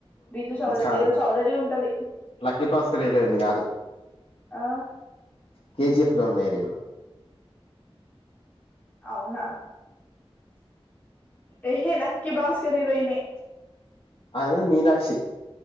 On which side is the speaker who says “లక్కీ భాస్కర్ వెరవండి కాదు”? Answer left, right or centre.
Left